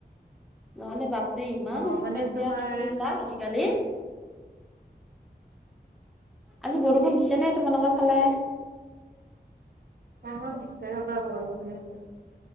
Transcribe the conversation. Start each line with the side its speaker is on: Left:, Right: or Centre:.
Centre: নহ'লে বাপৰে ইমান
Right: অ
Centre: উৎপতীয়া
Right: মানে তোমাৰ
Centre: ল'ৰা-ছোৱালী বিলাক আজিকালি। আজি বৰষুণ দিছে নে তোমালোকৰ ফালে?
Right: অ' দিছে ৰ'বা বৰষুণ এইফালে।